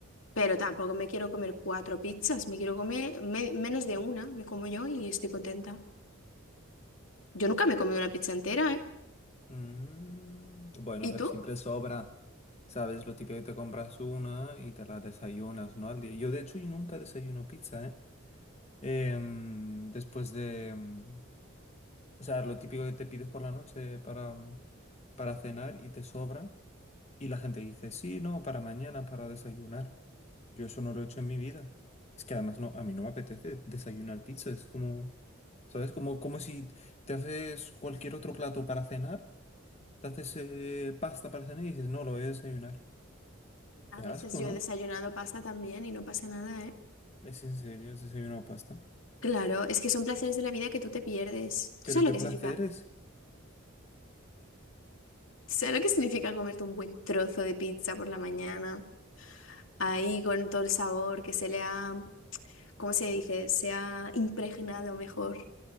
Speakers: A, on the left; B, on the left.
A: pero tampoco me quiero comer cuatro pizzas, me quiero comer me- menos de una, me como yo y estoy contenta. Yo nunca me he comido una pizza entera, ¿eh?
B: Mm, bueno,
A: ¿Y
B: pero
A: tú?
B: siempre sobra. ¿Sabes? Lo típico que te compras una y te la desayunas, ¿no? Al día. Yo, de hecho, yo nunca desayuno pizza, ¿eh? Em, después de... em, O sea, lo típico que te pides por la noche para, em, para cenar y te sobra. Y la gente dice, sí, no, para mañana, para desayunar. Yo eso no lo he hecho en mi vida. Es que además no, a mí no me apetece desayunar pizza. Es como, ¿sabes? Como, como si te haces cualquier otro plato para cenar. Te haces eh, pasta para cenar y dices, no, lo voy a desayunar. Qué
A: A veces
B: asco,
A: yo
B: ¿no?
A: he desayunado pasta también y no pasa nada,
B: Es en serio, has desayunado pasta.
A: Claro, es que son placeres de la vida que tú te pierdes.
B: Pero
A: ¿Tú sabes
B: qué
A: lo que
B: placer
A: significa?
B: es.
A: ¿Tú sabes lo que significa comerte un buen trozo de pizza por la mañana? Ahí con todo el sabor que se le ha, ¿cómo se dice? Se ha impregnado mejor